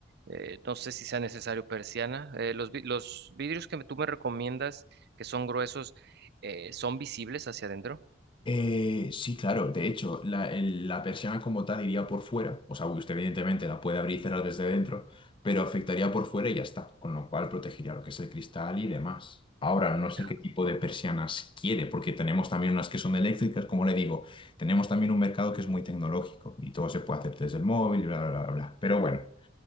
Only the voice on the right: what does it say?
eh, no sé si sea necesario persiana. Eh, los, vi- los vidrios que tú me recomiendas, que son gruesos, eh, ¿son visibles hacia adentro?
Ya.